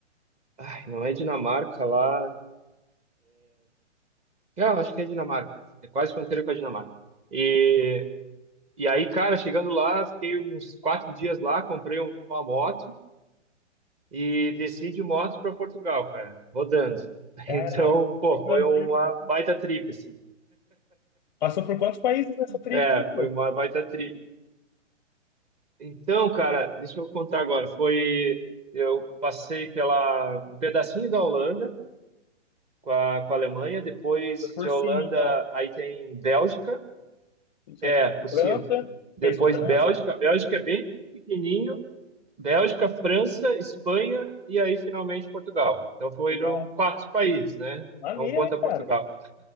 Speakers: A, on the right; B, on the left.
A: Ai, não é Dinamarca lá. Ah, Eu acho que é Dinamarca. É quase fronteira com a Dinamarca. E E aí, cara, chegando lá, fiquei uns quatro dias lá, comprei uma moto e desci de moto para Portugal, cara, rodando. <laughs>
B: Caraca,
A: Então, pô,
B: que
A: foi
B: maneiro,
A: uma
B: mano.
A: baita trip, assim.
B: Passou por quantos países nessa trip,
A: É,
B: aí, pô?
A: foi uma baita trip. Então, cara, deixa eu contar agora. Foi, eu passei pela um pedacinho da Holanda com a, com a Alemanha, depois
B: Foi Por
A: de Holanda,
B: cima, então.
A: aí tem Bélgica,
B: Isso
A: é,
B: é
A: por cima.
B: França,
A: Depois
B: fez França.
A: Bélgica, Bélgica é bem pequenininho, Bélgica, França, Espanha e aí finalmente Portugal. Então foram
B: Legal.
A: quatro países, né?
B: Maneiro,
A: Não conta
B: hein, cara?
A: Portugal.